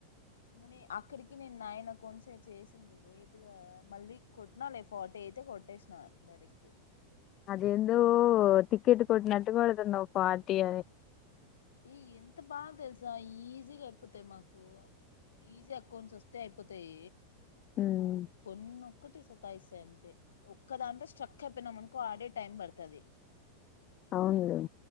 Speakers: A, on the left (about 65°); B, on the left (about 35°).
A: ఇంగ నే అక్కడికి నేన్ నైన్ అకౌంట్స్ ఏ చేసింది లేట్గా మళ్ళీ కొట్నాలే ఫార్టీ అయితే కొట్టేసిన డైరెక్ట్
B: అదెందో టికెటు కొటినట్టు కొడుతున్నావ్ ఫార్టీ అని
A: ఈ ఎంత బాగా తెలుసా ఈజీగా అయిపోతాయి మాకు ఈజీ అకౌంట్స్ వస్తే అయిపోతాయి
B: మ్
A: కొన్ను ఒకటి సతాయిస్తయ్ అంతే ఒక్కదాంతో స్ట్రక్ అయిపోయినాం అనుకో ఆడే టైం పడతది
B: అవునులే